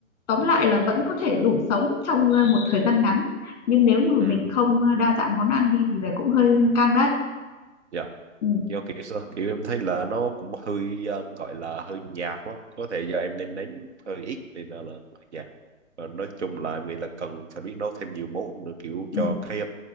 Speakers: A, on the left (about 30°); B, on the right (about 55°).
A: tóm lại là vẫn có thể đủ sống trong à, một thời gian ngắn. Nhưng nếu như mà
B: ừ
A: mình không à, đa dạng món ăn đi thì là cũng hơi hơi căng đấy.
B: dạ
A: Ừ,
B: do kiểu sao kiểu em thấy là nó cũng hơi um, gọi là hơi nhạt quá có thể do em nêm nếm hơi ít nên là, là dạ và nói chung là em nghĩ là cần phải biết nấu thêm nhiều món nữa kiểu
A: ừ,
B: cho cái um,